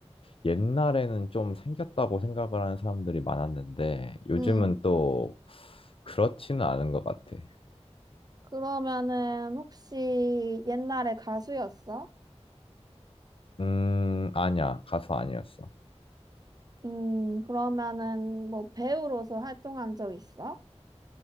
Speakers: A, on the left; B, on the right.
A: 옛날에는 좀 생겼다고 생각을 하는 사람들이 많았는데 요즘은
B: 응.
A: 또 그렇지는 않은 것 같아.
B: 그러면은 혹시 옛날에 가수였어?
A: 음, 아니야. 가수 아니었어.
B: 음, 그러면은 뭐 배우로서 활동한 적 있어?